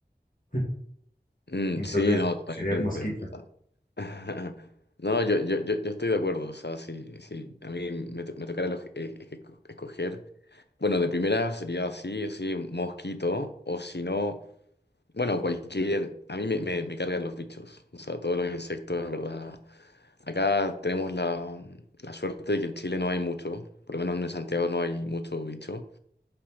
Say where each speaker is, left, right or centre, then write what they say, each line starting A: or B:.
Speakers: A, on the left; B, on the left.
A: <laughs>
B: Mm,
A: Entonces,
B: sí, no, totalmente.
A: sería el mosquito.
B: <laughs> No, yo, yo, yo, yo estoy de acuerdo. O sea, si, si a mí me, to- me tocara eloj- eh, es que esco- escoger. Bueno, de primera sería así, así, mosquito, o si no, bueno, cualquier. A mí me, me, me cargan los bichos. O sea, todos los insectos, en verdad. Acá tenemos la, la suerte de que en Chile no hay mucho, por lo menos en Santiago no hay mucho bicho.